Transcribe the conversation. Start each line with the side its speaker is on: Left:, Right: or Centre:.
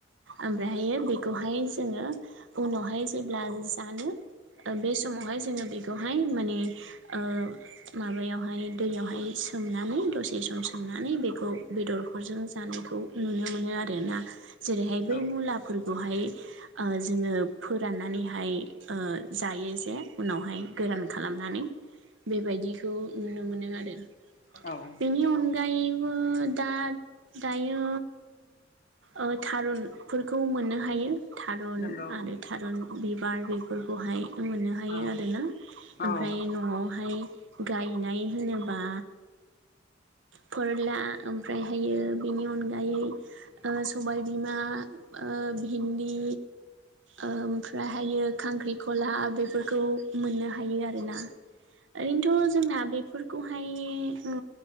Right: ओमफ्रायहायो बेखौहाय जोङो उनावहाय जेब्ला जानो बे समावहाय जोङो बेखौहाय माने ओ माबायावहाय दैयावहाय सोमनानै दसे सम सोमनानै बेखौ बेदरफोरजों जानायखौ नुनो मोनो आरोना जेरैहाय बै
Left: औ
Right: मुलाफोरखौहाय ओ‌ जोङो फोराननानैहाय ओ जायो जे उनावहाय गोरान खालामनानै बेबायदिखौ नुनो मोनो आरो
Left: औ
Right: बेनि अन गायैबो दा दायो ओ थारुनफोरखौ मोननो हायो थारुन
Left: नंगौ
Right: आरो थारुन बिबार बेफोरखौहाय मोननो हायो
Left: औ
Right: आरोना ओमफ्राय
Left: औ
Right: न'आवहाय गायनाय होनोब्ला फोरला ओमफ्रायहायो बेनि अनगायै ओ सबायबिमा ओ भिन्दि ओमफ्रायहायो खांख्रिखला बेफोरखौ मोननो हायो आरोना ओरैनोथ' जोंना बेफोरखौहाय ओ